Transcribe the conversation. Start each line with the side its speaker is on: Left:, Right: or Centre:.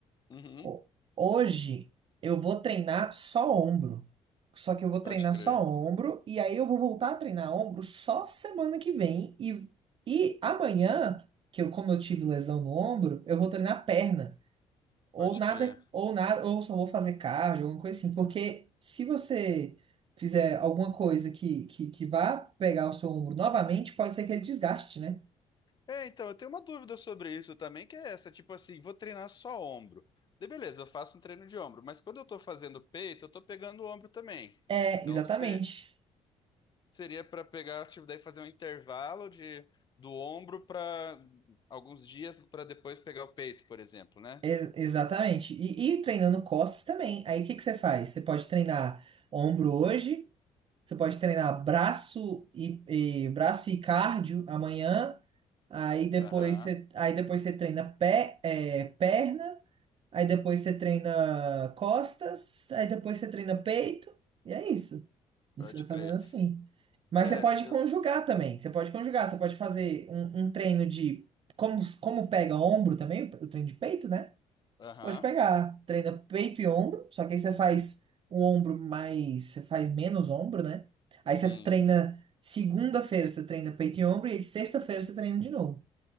Left: Uhum.
Right: Ho- Hoje eu vou treinar só ombro. Só que eu vou treinar
Left: Pode crer,
Right: só ombro e aí eu vou voltar a treinar ombro só semana que vem e, e amanhã, que eu como eu tive lesão no ombro, eu vou treinar perna. Ou
Left: pode
Right: nada,
Left: crer.
Right: ou nada, ou só vou fazer cardio, alguma coisa assim. Porque se você fizer alguma coisa que, que, que vá pegar o seu ombro novamente, pode ser que ele desgaste, né?
Left: É, então, eu tenho uma dúvida sobre isso também, que é essa, tipo assim, vou treinar só ombro. De beleza, eu faço um treino de ombro, mas quando eu tô fazendo peito, eu tô pegando o ombro também.
Right: É,
Left: Então,
Right: exatamente.
Left: se- seria pra pegar, tipo, daí fazer um intervalo de do ombro pra alguns dias pra depois pegar o peito, por exemplo, né?
Right: E- Exatamente. E, e treinando costas também. Aí o que que você faz? Você pode treinar ombro hoje, você pode treinar braço e, e- braço e cardio amanhã. Aí depois
Left: Aham,
Right: você, aí depois você treina pé, é, perna. Aí depois você treina costas, aí depois você treina peito, e é isso. E
Left: pode
Right: você vai fazendo
Left: crer.
Right: assim. Mas
Left: É,
Right: você pode conjugar
Left: eu-
Right: também. Você pode conjugar, você pode fazer um, um treino de. Como, como pega ombro também, o treino de peito, né?
Left: aham,
Right: Você pode pegar, treina peito e ombro, só que aí você faz o ombro mais. Você faz menos ombro, né? Aí
Left: sim.
Right: você treina. Segunda-feira você treina peito e ombro, e aí sexta-feira você treina de novo.